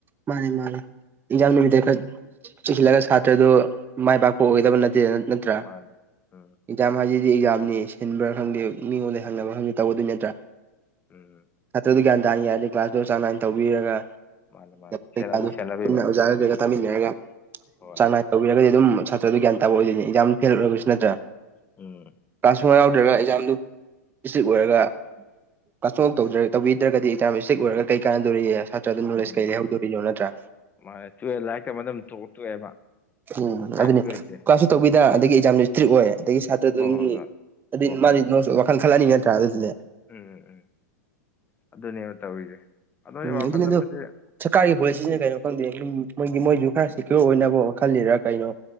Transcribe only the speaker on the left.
ꯃꯥꯅꯤ ꯎꯝ
ꯎꯝꯝ
ꯃꯥꯅꯦ ꯃꯥꯅꯦ
ꯁꯦꯟ ꯑꯗꯨ ꯁꯦꯟꯅꯕꯤꯕ
ꯍꯣꯏ
ꯎꯝ
ꯃꯥꯅꯦ
ꯃꯥꯅꯦ
ꯃꯥꯅꯦ ꯇꯨꯌꯦꯜ ꯂꯥꯏꯔꯤꯛꯀꯩ ꯃꯇꯝꯗ ꯇꯣꯛꯑꯦꯕ
ꯎꯄꯥꯏꯁꯨ
ꯂꯩꯇꯦ
ꯍꯣꯏ ꯍꯣꯏ ꯍꯣꯏ
ꯍꯣꯏ
ꯍꯣꯏ
ꯎꯝ ꯎꯝ ꯑꯗꯨꯅꯦꯕ ꯇꯧꯔꯤꯁꯦ ꯑꯗꯣ ꯑꯩ
ꯋꯥꯈꯜꯗ
ꯃꯁꯤ